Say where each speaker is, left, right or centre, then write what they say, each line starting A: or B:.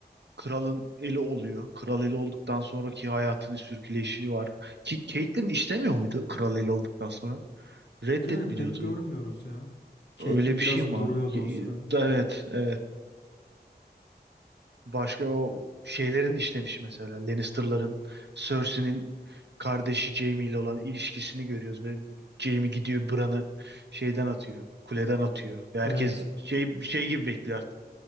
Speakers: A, on the right (about 85°); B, on the left (about 80°).
A: kralın eli oluyor. Kral eli olduktan sonraki hayatının sürküleyişi var. Ki Catelyn işlemiyor muydu kral eli olduktan sonra? Reddetmiyordu.
B: Yani pek görmüyoruz ya. Caitlyn
A: Öyle bir
B: biraz
A: şey mi var?
B: duruyordu o sıra.
A: Evet, evet. Başka o şeylerin işlenişi mesela Lannister'ların Cersei'nin kardeşi Jaime ile olan ilişkisini görüyoruz ve Jaime gidiyor Bran'ı şeyden atıyor, kuleden atıyor ve herkes
B: Evet.
A: şey bir şey gibi bekliyor artık.